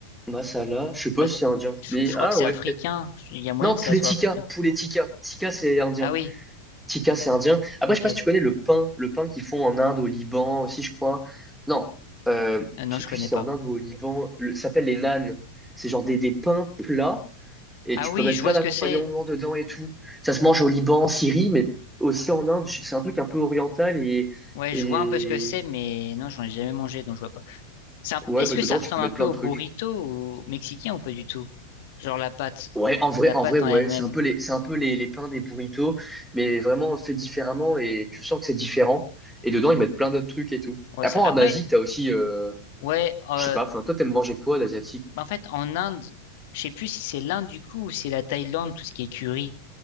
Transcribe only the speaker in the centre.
masala, je sais pas
si c'est indien.
Mais
ah
ouais,
peut-être.
Non,
poulet
tikka,
poulet tikka. Tikka, c'est indien.
Tikka, c'est indien. Après,
je sais pas si tu connais le pain, le pain qu'ils font en Inde, au Liban aussi, je crois. Non, euh,
je
sais plus
si c'est
en Inde ou au Liban. Le- ça s'appelle les naans. C'est genre des, des pains plats Et
tu
peux mettre
plein
d'accompagnements
dedans et tout. Ça se mange au Liban, en Syrie, mais aussi en Inde. C'est un truc un peu oriental et,
et...
ouais,
bah
dedans,
tu peux mettre
plein
de trucs.
Ouais, en vrai,
en
vrai, ouais,
c'est un peu les, c'est un peu les, les pains des burritos, mais vraiment fait différemment et tu sens que c'est différent. Et dedans, ils mettent plein d'autres trucs et tout.
Après,
en
Asie, t'as aussi, euh,
je sais pas, enfin, toi, t'aimes manger quoi d'asiatique?